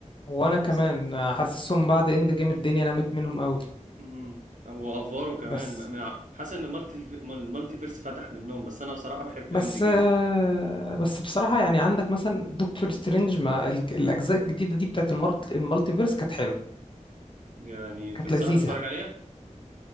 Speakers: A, on the left; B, on the right.
A: وانا كمان
B: مستقبل
A: آه، حاسسهم بعد اند جيم الدنيا نامت منهم قوي
B: امم وافواره كمان
A: بس
B: م- م- حاسس ان المالتي المالتي فيرس فتح منهم بس انا بصراحه بحب
A: بس
B: اند جيم
A: آه، بس بصراحة يعني عندك مثلا دكتور سترينج ما الج- الاجزاء الجديدة دي بتاعت المالت المالتيفيرس كانت حلوة
B: يعني تنصحني
A: كانت لذيذة
B: اتفرج عليها